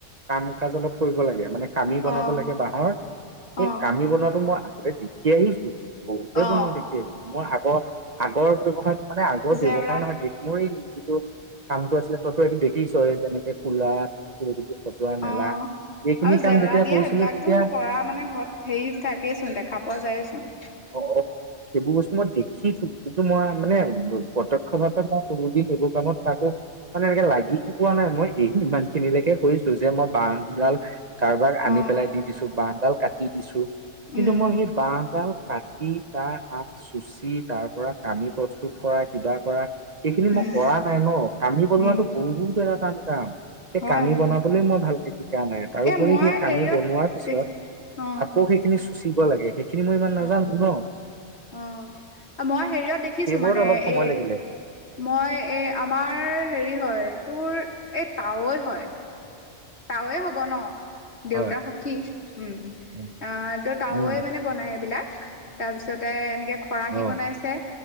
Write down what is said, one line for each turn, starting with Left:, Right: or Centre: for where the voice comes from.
Right: কাম কাজ অলপ কৰিব লাগে মানে। কামি বনাব
Left: অ
Right: লাগে বাঁহৰ, সেই
Left: অ
Right: কামি বনোৱাটো মই আগতে দেখি আহিছোঁ। বহুতেই
Left: অ
Right: বনোৱা দেখি আহিছোঁ, মই আগৰ আগৰ ব্যৱসায় মানে আগৰ
Left: জেওৰা
Right: ব্যৱসায় নহয় মোৰ এই যিটো কামটো আছিলে তইতো এই দেখিছ যেনেকে কোলা কিবা কিবি সজোৱা মেলা
Left: অ' আৰু
Right: এইখিনি কাম
Left: জেওৰা
Right: যেতিয়া
Left: দিয়া
Right: কৰিছিলো
Left: সেইবিলাকো
Right: তেতিয়া
Left: কৰা মানে ঘৰত হেৰি থাকেচোন দেখা পোৱা যায়েচোন।
Right: অ', অ', অ'। সেইবোৰ বস্তু মই দেখিছো, কিন্তু মই মানে প্ৰত্যক্ষ ভাৱে মই কওঁ কোনোদিন এইবোৰ কামত কাকো মানে এনেকে লাগি পোৱা নাই, মই এই ইমান খিনিলৈকে কৰিছোঁ যে মই বাঁহ দুডাল কাৰোবাক আনি
Left: অ
Right: পেলাই দি দিছো, বাঁহডাল কাটি দিছোঁ কিন্তু
Left: উম
Right: মই সেই বাঁহডাল কাটি তাৰ আগ চুচি তাৰ পৰা কামি প্ৰস্তুত কৰা কিবা কৰা এইখিনি মই
Left: উম
Right: কৰা নাই ন, কামি বনোৱাটো
Left: উম
Right: বহুত এটা টান কাম? সেই
Left: হয়
Right: কামি
Left: সেইটো
Right: বনাবলৈ মই ভালকে শিকা নাই। তাৰোপৰি
Left: এ মই
Right: সেই কামি
Left: হেৰিয়ত
Right: বনোৱাৰ পিছত
Left: দেখি অ
Right: আকৌ সেইখিনি চুচিব লাগে, সেইখিনি মই ইমান নাজানো
Left: অ',
Right: ন
Left: অ' মই হেৰিয়াত দেখিছোঁ
Right: সেইবোৰত
Left: মানে
Right: অলপ সময়
Left: এই
Right: লাগিলে
Left: মই এই আমাৰ হেৰি হয় তোৰ এই তাৱৈ হয়। তাৱৈয়ে হ'ব ন? দেউতাৰ
Right: হয়।
Left: সখী, উম,
Right: উম
Left: আহ ত' তাৱৈয়ে
Right: উম
Left: মানে বনাই এইবিলাক। তাৰপিছতে এনেকে খৰাহী
Right: অ
Left: বনাইছে।